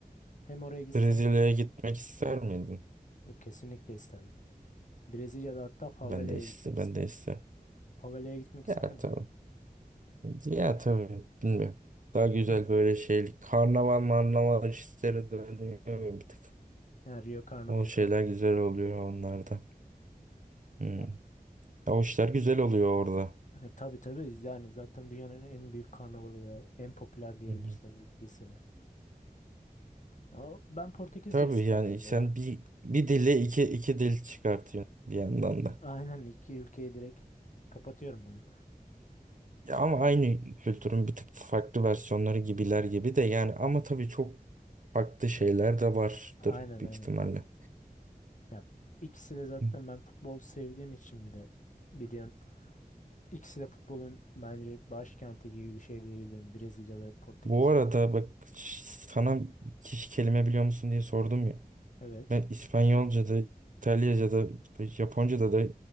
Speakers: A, on the left; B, on the right.
A: Hem oraya gitsem
B: Brezilya'ya gitmek ister miydin?
A: ya kesinlikle isterdim. Brezilya'da hatta favelaya
B: Ben de ister,
A: gitmek
B: ben
A: isterdim.
B: de ister.
A: Favelaya gitmek isterim.
B: Ya tabii. Ya tabii. Bilmiyorum. Daha güzel
A: <laughs>
B: böyle şey. Karnaval marnaval işleri dönüyor bir tık.
A: Yani Rio Karnavalı
B: O şeyler
A: falan.
B: güzel oluyor onlarda. Hmm.
A: Ya,
B: Ya o işler güzel oluyor orada.
A: ya tabii tabii yani zaten dünyanın en büyük karnavalı ve en popüler diyebilirsin
B: Hı hı.
A: büyük lisede. Ya ben Portekizce
B: Tabii
A: isterdim
B: yani sen
A: ya.
B: bir bir dille iki iki dil çıkartıyorsun bir yandan da.
A: Aynen iki ülkeyi direkt kapatıyorum ben.
B: Ya ama aynı kültürün bir tık farklı versiyonları gibiler gibi de yani ama tabii çok farklı şeyler de vardır
A: Aynen
B: büyük
A: aynen.
B: ihtimalle.
A: Ya ikisi de zaten
B: Hı.
A: ben futbol sevdiğim için bir de biliyorsun. İkisi de futbolun bence başkenti gibi bir şey diyebilirim. Brezilya ve Portekiz'e.
B: Bu arada bak sana hiç kelime biliyor musun diye sordum ya.
A: Evet.
B: Ben İspanyolca'da, İtalyaca'da, Japonca'da da